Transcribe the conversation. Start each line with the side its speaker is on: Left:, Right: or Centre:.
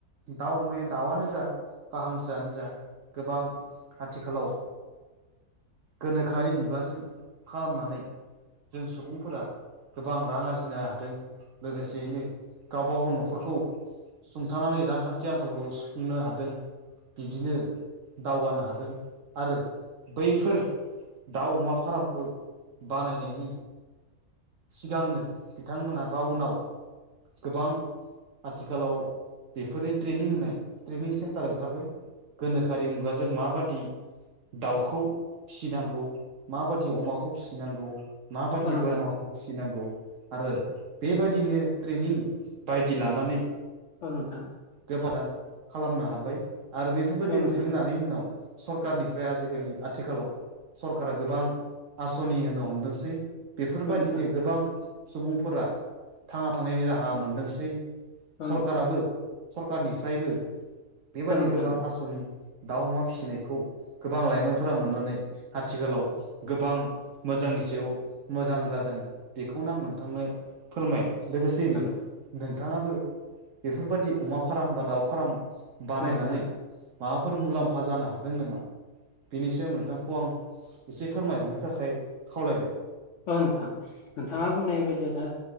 Right: दाउ अमाया दाउआनो जा बा हांसोआनो जा गोबां आथिखालाव गोनोखोआरि मुगाजों खालामनानै जों सुबुंफोरा गोबां रां आरजिनो हादों लोगोसेयैनो गावबा गाव न'ख'रखौ सुंथानानानै रांखान्थि आंखालखौ सुफुंनो हादों इदिनो दावगानो हादों आरो बैफोर दाउ अमा फार्मखौ बानायनायनि सिगांनो बिथांमोना बा उनाव गोबां आथिखालाव बेफोरनि ट्रेनिं होननाय ट्रेनिं सेनटार ओंखारबाय गोनोखोरि मुगाजों माबायदि दाउखौ फिसिनांगौ माबादि अमाखौ फिनांगौ माबादि
Left: औ नोंथां
Right: बोरमाखौ फिसिनांगौ आरो बेबादिनो ट्रेनिं बायदि लानानै
Left: औ नोंथां
Right: गोब मोजां खालामनो हाबाय आरो बेफोरबादि
Left: औ नोंथां
Right: ट्रेनिं लानायनि उनाव सरखारनिफ्राय आजिखालि आथिखालाव सरखारा गोबां आस'नि होनो हमदोंसै बेफोरबादिनो
Left: औ नोंथां
Right: गोबां सुबुंफोरा थांना थानायनि राहा मोनदोंसै
Left: औ
Right: सरखाराबो
Left: नोंथां
Right: सरखारनिफ्रायबो बेबादि
Left: औ नोंथां
Right: गोबां आस'नि दाउ अमा फिसिनायखौ गोबां लाइमोनफोरा मोननानै आथिखालाव गोबां मोजांनि सायाव मोजां जादों बेखौनो आं नोंथांनो फोरमाय लोगोसेयैनो
Left: औ नोंथां
Right: नोंथांआबो बेफोरबादि अमा फार्म बा दाउ फार्म बानायनानै
Left: औ नोंथां
Right: माबाफोर मुलामफा जानो हादों नामा बेनि सायाव आं नोंथांखौ आं एसे फोरमायहरनो थाखाय खावलायबाय
Left: औ नोंथां नोंथांआ बुंनाय बायदि जा‌